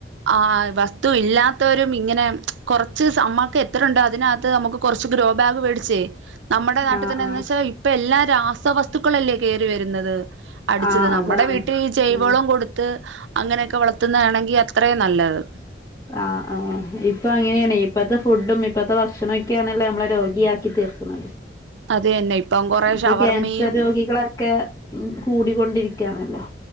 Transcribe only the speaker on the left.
ആഹ്
ആഹ്
ആഹ്
അതാണ്
ഉം
ആഹ്. ആഹ് ഇപ്പ അങ്ങനെയാണേ ഇപ്പത്തെ ഫുഡും ഇപ്പത്തെ ഭക്ഷണോക്കെയാണല്ലോ നമ്മളെ രോഗിയാക്കി തീർക്ക്ണത്.
ഇപ്പ
ക്യാൻസർ രോഗികളൊക്കെ കൂടിക്കൊണ്ടിരി യ്ക്കയാണല്ലോ.